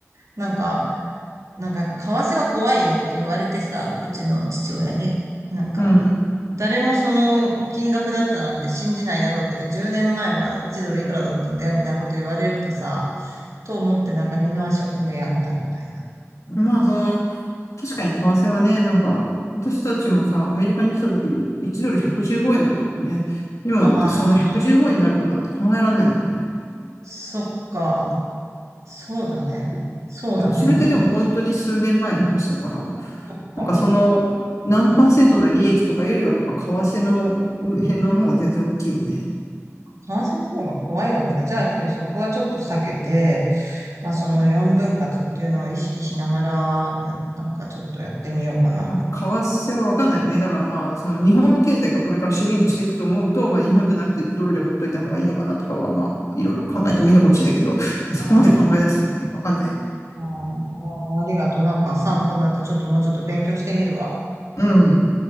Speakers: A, on the right (about 75°); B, on the left (about 75°).
A: なんか、なんかやっぱ為替は怖いよって言われてさ、うちの父親に、なんか、
B: うん。
A: 誰もその金額だったなんて信じないだろうけど、10年前は1ドルいくらだったんだよみたいなこと言われるとさ、と思ってなんか二の足を踏んでやめたみたいな。
B: まあ、その、確かに為替はね、なんか、私たちもさ、アメリカに来た時、1ドル115円だったもんね。今なんてそんな115円になることなんて考えられないもんね。
A: ああ、そっか。そうだね。そうだね。
B: でもそれってでも本当に数年前の話だから、
A: うんそっか。
B: なんかその、
A: そ
B: 何パーセントの利益とかよりはやっぱ為替のう変動の方が全然大きいよね。
A: うん感染の方が怖いわけだ。じゃあ、やっぱりそこはちょっと避けて、まあ、その4分割っていうのを意識しながら、や、なんかちょっとやってみようかな。
B: まあ、為替はわかんないよね。だからまあ、その日本の経済がこれからシュリンクしていくと思うと、まあ日本じゃなくてドルで持っといた方がいいのかなとかは、まあ、いろいろ考えてもいいのかもしれないけど、まあ、
A: うん。
B: そこまで考え出すとね、
A: あ
B: わかんないよね。
A: ーあー、ありがとう。なんか参考になった。ちょっともうちょっと勉強してみるわ。
B: うん。